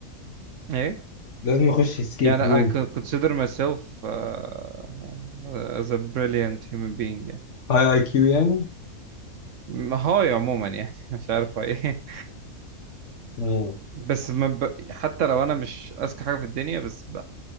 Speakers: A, on the right; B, on the left.
A: ايه
B: لازم نخش اسكيب
A: يعني
B: روم
A: I could consider myself uh, uh, as a brilliant human being يعني
B: هاي اي كيو يعني
A: م- هاي عموما يعني <laughs> مش عارف هاي ايه
B: مم.
A: بس ما ب... حتى لو انا مش اذكى حاجه في الدنيا بس ب...